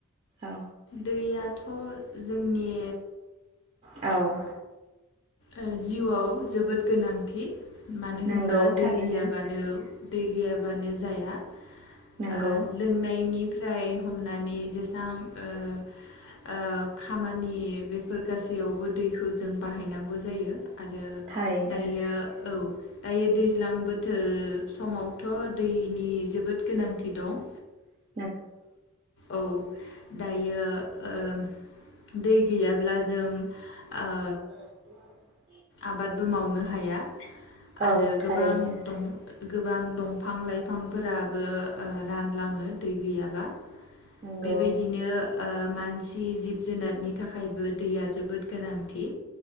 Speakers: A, on the right (about 30°); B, on the left (about 60°).
A: अ
B: दैयाथ' जोंनि
A: औ
B: ओ जिउआव जोबोद गोनांथि मानो
A: नंगौ
B: होनबा दै
A: थारैनो
B: गैयाबानो दै गैयाबानो जाया ओ
A: नंगौ
B: लोंनायनिफ्राय हमनानै जेसां ओ ओ खामानि बेफोर गासैयावबो दैखौ जों बाहायनां गौ जायो आरो
A: थारैनो
B: दायो औ दायो दैज्लां बोथोर समावथ' दैनि जोबोद गोनांथि दं।
A: <inaudible>
B: ओ औ दायो ओ दै गैयाब्ला जों ओ
A: <inaudible>
B: आबादबो मावनो हाया आरो
A: औ थारैनो
B: गोबां दं गोबां दंफां-लाइफांफोराबो ओ रानलाङो दै गैयाबा
A: नंगौ
B: बेबायदिनो ओ मानसि, जिब-जुनारनि थाखायबो दैया जोबोद गोनांथि